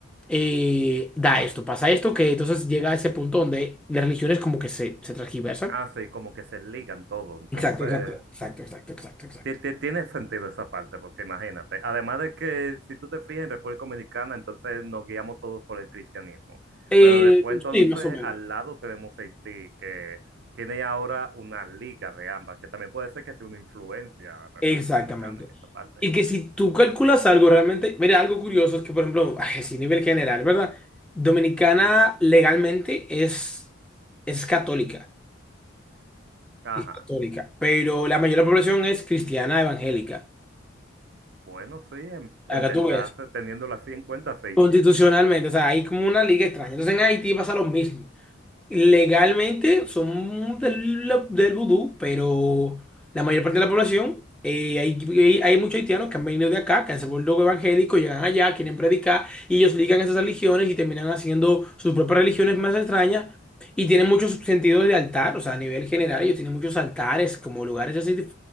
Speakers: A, in the centre; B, on the right (about 55°).
A: eh, da esto, pasa esto, que entonces llega a ese punto donde las religiones como que se, se transgiversan.
B: Ah, sí, como que se ligan todo, entonces.
A: Exacto, exacto, exacto, exacto, exacto, exacto.
B: Ti- ti- Tiene sentido esa parte, porque imagínate, además de que si tú te fijas en República Dominicana, entonces nos guiamos todos por el cristianismo,
A: Eh,
B: pero después entonces
A: sí, más o menos.
B: al lado tenemos Haití, que tiene ahora una liga de ambas, que también puede ser que sea una influencia a República
A: Exactamente.
B: Dominicana en esa parte.
A: Y que si tú calculas algo realmente, mira, algo curioso es que, por ejemplo, <laughs> ay, así nivel general, ¿verdad? Dominicana legalmente es, es católica,
B: Ajá,
A: es católica, pero la mayor de la población es cristiana evangélica.
B: bueno, sí, en,
A: Acá
B: en verdad,
A: tú ves,
B: teniéndolo así en cuenta, sí.
A: constitucionalmente, o sea, hay como una liga extraña. Entonces en Haití pasa lo mismo. Legalmente son del, la- del vudú, pero la mayor parte de la población, eh, hay, hay- hay muchos haitianos que han venido de acá, que han se vuelto evangélicos, llegan allá, quieren predicar, y ellos ligan esas religiones y terminan haciendo sus propias religiones más extrañas, y tienen muchos sentidos de altar, o sea, a nivel general, ellos tienen muchos altares, como lugares así de,